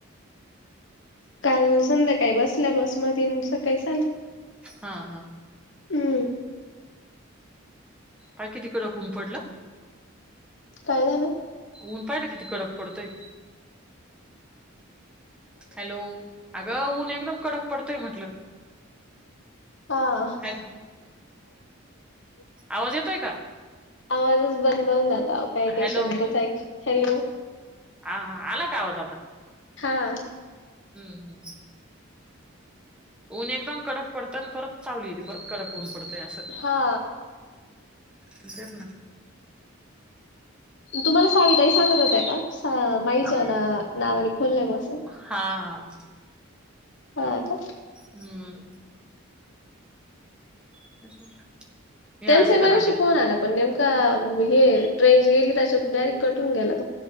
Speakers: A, on the left; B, in the centre.
A: काल संध्याकाळी बसल्या बस मधी न सकाळी ल
B: हा हा
A: हम्म.
B: पाय किती कडक ऊन पडलं.
A: पाहिलंन.
B: ऊन पाहाय न किती कडक पडतय. हॅलो अगं ऊन एकदम कडक पडतय म्हटलं.
A: हा.
B: हॅलो आवाज येतोय का
A: आवाजच बंद होऊन जात काय काय
B: हॅलो
A: शब्दच हॅलो.
B: ह हा आला का‌ आवाज आता.
A: हा.
B: हम्म हम्म. ऊन एकदम कडक पडतं आणि परत सावली येते परत कडक ऊन पडतय हा.
A: हा.
B: तेच ना.
A: तुमाला साविताई सांगत होतया का सा अ माईच्या
B: हा
A: ना अ नावाने खोललंय असं.
B: हा.
A: हा का.
B: हम्म. <unintelligible>
A: त्यांचा
B: या शीतल
A: मगाशी
B: आंटी
A: फोन आला. पन नेमका हेट् रेंज गेली त्याच्या डायरेक्ट कटून गेला तो.